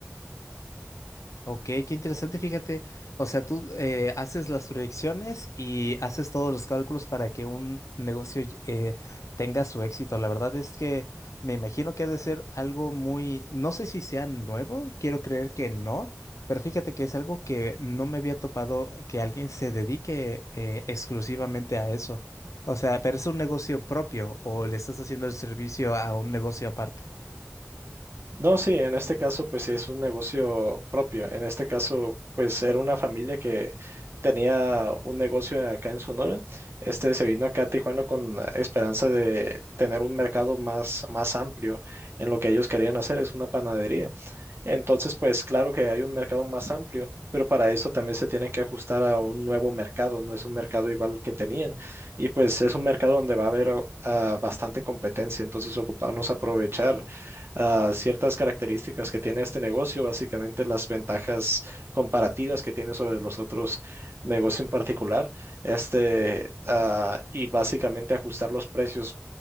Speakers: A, on the left; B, on the right.
A: Ok, qué interesante, fíjate. O sea, tú eh, haces las proyecciones y haces todos los cálculos para que un negocio eh, tenga su éxito. La verdad es que me imagino que ha de ser algo muy, no sé si sea nuevo, quiero creer que no, pero fíjate que es algo que no me había topado que alguien se dedique eh, exclusivamente a eso. O sea, pero es un negocio propio o le estás haciendo el servicio a un negocio aparte.
B: No, sí, en este caso pues sí es un negocio propio. En este caso pues era una familia que tenía un negocio acá en Sonora. Este se vino acá a Tijuana con la esperanza de tener un mercado más, más amplio en lo que ellos querían hacer, es una panadería. Entonces, pues claro que hay un mercado más amplio, pero para eso también se tienen que ajustar a un nuevo mercado, no es un mercado igual que tenían. Y pues es un mercado donde va a haber o- ah, bastante competencia, entonces ocuparnos aprovechar ah, ciertas características que tiene este negocio, básicamente las ventajas comparativas que tiene sobre los otros negocios en particular, este, ah, y básicamente ajustar los precios